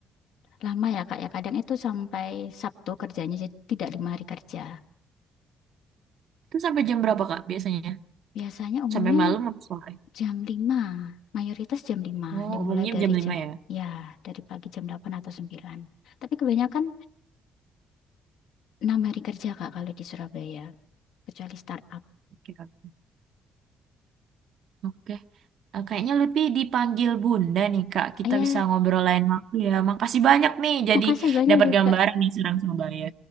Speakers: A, on the left; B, on the right.
A: lama ya Kak ya. Kadang itu sampai Sabtu kerjanya jadi tidak lima hari kerja.
B: Itu sampai jam berapa Kak biasanya?
A: Biasanya umumnya
B: Sampai malam apa sore?
A: jam 5, mayoritas jam 5
B: Oh,
A: dimulai
B: umumnya
A: dari
B: jam 5
A: jam
B: ya.
A: ya dari pagi jam 8 atau 9. Tapi kebanyakan 6 hari kerja Kak kalau di Surabaya, kecuali startup.
B: Oke, oke. Oke. Eh, Kayaknya lebih dipanggil Bunda nih, Kak. Kita
A: Ah, ya,
B: bisa ngobrol lain waktu ya. Makasih banyak nih, jadi
A: makasih banyak
B: dapat
A: juga.
B: gambaran nih Serang Surabaya.